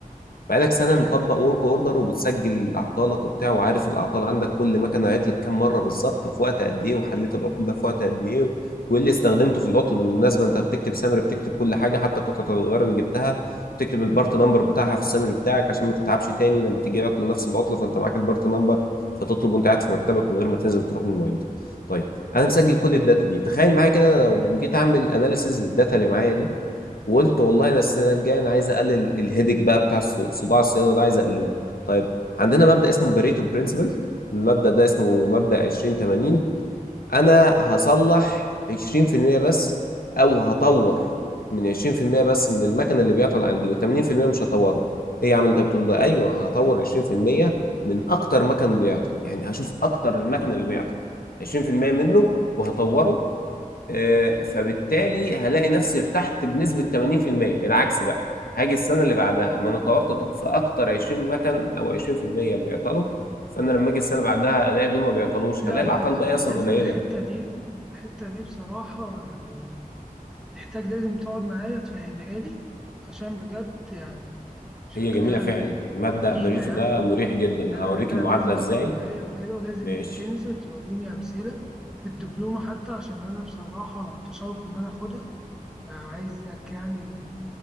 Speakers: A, on the left (about 80°); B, in the centre.
A: بقالك سنة
B: حلو
A: مطبق ورك اوردر وبتسجل اعطالك وبتاع وعارف الاعطال عندك كل مكنة عطلت كام مرة بالظبط في وقت قد ايه وحليت العطل ده في وقت قد ايه وايه اللي استخدمته في العطل بالمناسبة انت بتكتب سامري بتكتب كل حاجة حتى قطعة الغيار اللي جبتها بتكتب البارت نمبر بتاعها في السامري بتاعك عشان ما تتعبش تاني لما تيجي عطل نفس العطل فانت معاك البارت نمبر فتطلب وانت قاعد في مكتبك من غير ما تنزل تروح للمعد طيب انا مسجل كل الداتا دي تخيل معايا كده انا لو جيت اعمل اناليسيز للداتا اللي معايا دي وقلت والله انا السنه الجايه انا عايز اقلل الهيدك بقى بتاع الص- صداع الصيانه ده عايز اقلله طيب عندنا مبدا اسمه بريتو برنسبل المبدا ده اسمه مبدا 20 80 انا هصلح 20% بس او هطور من 20% بس من المكنه اللي بيعطل عندي و80% مش هطوره ايه يا عم اللي انت بتقول ده ايوه هطور 20% من اكتر مكن بيعطل يعني هشوف اكتر المكن اللي بيعطل 20% منه وهطوره آه، فبالتالي هلاقي نفسي ارتحت بنسبة 80% العكس بقى هاجي السنة اللي بعدها ما انا طورت في اكتر 20 مكن او 20% بيعطلوا فانا لما اجي السنة اللي بعدها الاقي دول ما بيعطلوش
B: لا
A: هلاقي
B: لا
A: العطال
B: لا
A: بقى
B: أنا
A: اصلا
B: لازم
A: قليلة
B: الحتة دي الحتة دي بصراحة يعني محتاج لازم تقعد معايا تفهمها لي عشان بجد يعني شكلها
A: هي جميلة فعلا مبدأ
B: تقيلة
A: بريتو
B: يعني
A: ده مريح جدا
B: انا
A: هوريك
B: لا
A: المعادلة
B: لازم
A: ازاي
B: تقعد معايا وكده ولازم
A: ماشي
B: تنزل توريني امثله بالدبلومه حتى عشان انا بصراحه متشوق ان انا اخدها فعايزك يعني